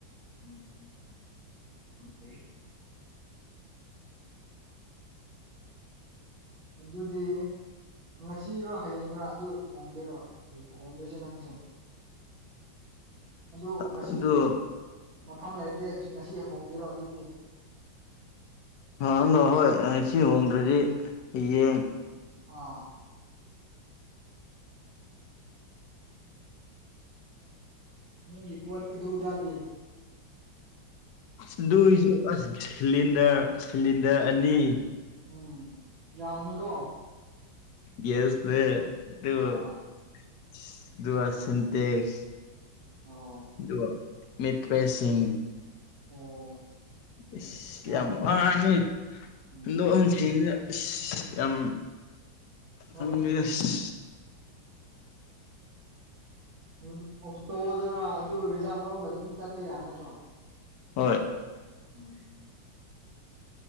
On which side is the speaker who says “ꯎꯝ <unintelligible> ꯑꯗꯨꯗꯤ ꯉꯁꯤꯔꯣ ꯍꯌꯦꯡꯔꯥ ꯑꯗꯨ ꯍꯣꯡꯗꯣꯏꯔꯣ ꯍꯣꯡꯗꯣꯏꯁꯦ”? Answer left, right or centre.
Right